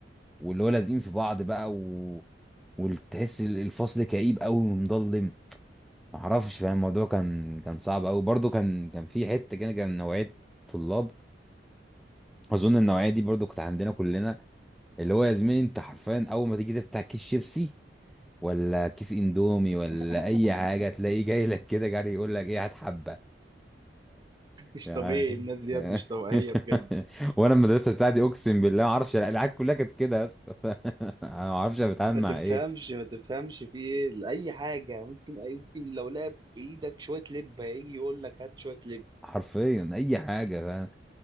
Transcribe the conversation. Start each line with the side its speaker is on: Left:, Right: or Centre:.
Centre: واللي هو لازقين في بعض بقى و... وتحس ال- الفصل كئيب قوي ومظلم معرفش فاهم الموضوع كان كان صعب قوي برضو كان كان في حته كده كان نوعيه طلاب اظن النوعيه دي برضو كانت عندنا كلنا اللي هو يا زميلي انت حرفيا اول ما تيجي تفتح كيس شيبسي ولا كيس اندومي
Right: <laughs>
Centre: ولا اي حاجه تلاقيه جاي لك كده جري يقول لك ايه هات حبه
Right: مش
Centre: يعني
Right: طبيعي الناس ديت مش طبيعيه
Centre: <laughs>
Right: بجد
Centre: وانا المدرسه بتاعتي اقسم بالله ما اعرفش العيال كلها كانت كده يا اسطى <laughs> ما اعرفش انا بتعامل
Right: ما تفهمش
Centre: مع ايه
Right: ما تفهمش في ايه لاي حاجه ممكن ممكن لو لعب في ايدك شويه لب هيجي يقول لك هات شويه لب
Centre: حرفيا اي حاجه فاهم